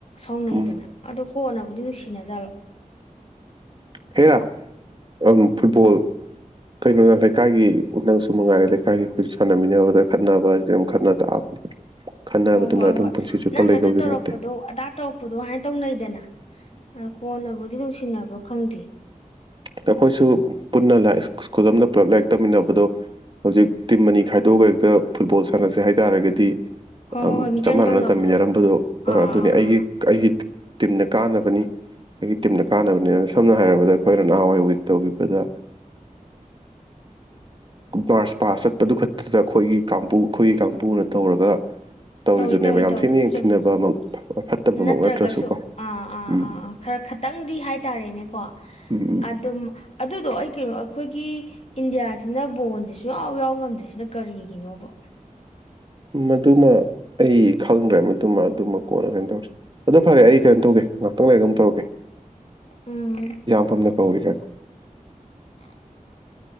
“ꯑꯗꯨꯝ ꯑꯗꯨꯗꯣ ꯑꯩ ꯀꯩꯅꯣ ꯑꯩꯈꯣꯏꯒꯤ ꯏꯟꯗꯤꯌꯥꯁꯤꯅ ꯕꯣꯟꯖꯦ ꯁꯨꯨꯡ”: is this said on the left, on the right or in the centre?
Left